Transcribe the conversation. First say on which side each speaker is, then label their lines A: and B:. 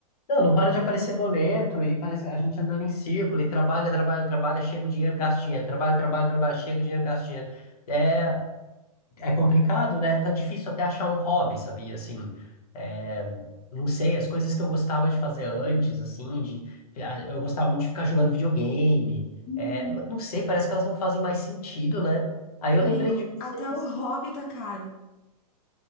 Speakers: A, on the left (about 70°); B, on the left (about 30°).
A: Não, não para de aparecer boleto e parece a gente andando em círculo e trabalha, trabalha, trabalha, chega o dinheiro, gasta o dinheiro, trabalha, trabalha, trabalha, chega o dinheiro, gasta o dinheiro. É, é complicado, né? Tá difícil até achar um hobby, sabia? Assim, é, não sei, as coisas que eu gostava de fazer antes, assim, de ah, eu gostava muito de ficar jogando videogame,
B: Uhum.
A: é, mas não sei, parece que elas não fazem mais sentido, né? Aí eu
B: Amigo,
A: lembrei de vocês.
B: até o hobby tá caro.